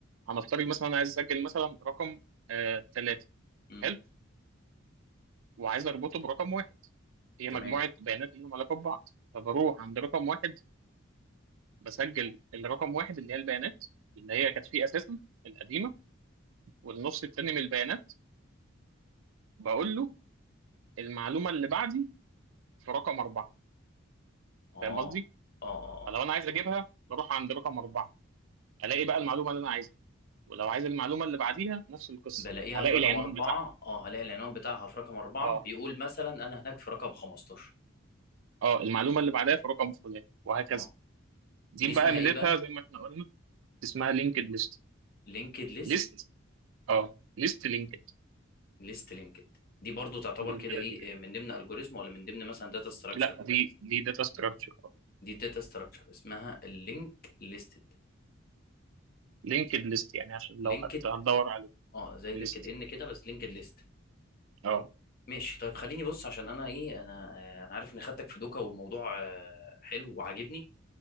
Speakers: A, on the right; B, on the left.
A: هنفترض مثلا انا عايز اسجل مثلا رقم آه تلاته
B: امم
A: حلو وعايز اربطه برقم واحد هي
B: تمام
A: مجموعه بيانات ليهم علاقه ببعض فبروح عند رقم واحد بسجل الرقم واحد اللي هي البيانات اللي هي كانت فيه اساسا القديمه والنص التاني من البيانات بقول له المعلومه اللي بعدي في رقم اربعه
B: اه
A: فاهم قصدي؟
B: اه اه اه
A: فلو انا عايز اجيبها بروح عند رقم اربعه الاقي بقى
B: خلاص.
A: المعلومه اللي انا عايزها ولو عايز المعلومه اللي بعديها نفس القصه
B: بلاقيها
A: هلاقي
B: في رقم
A: العنوان
B: أربعة
A: بتاعها
B: اه هلاقي العنوان بتاعها في رقم أربعة
A: اه
B: بيقول مثلا أنا هناك في رقم 15
A: اه المعلومه اللي بعدها في رقم فلان وهكذا
B: اه
A: دي
B: دي اسمها
A: بقى ميزتها
B: إيه بقى؟
A: زي ما احنا قلنا اسمها لينكد ليست
B: لينكد ليست
A: ليست اه ليست لينكد
B: ليست لينكد دي برضو تعتبر
A: بالبلدي
B: كده إيه
A: كده
B: آه، من ضمن ألجوريزم ولا من ضمن مثلا داتا ستراكشر
A: لا دي دي داتا ستراكشر
B: دي داتا ستراكشر اسمها اللينك ليستد
A: لينكد ليست يعني عشان لو
B: لينكد
A: هت- هتدور عليه
B: اه زي
A: ليست
B: لينكد إن كده بس لينكد ليست
A: اه
B: ماشي طيب خليني بص عشان انا ايه انا انا عارف اني خدتك في دوكا والموضوع آه، حلو وعاجبني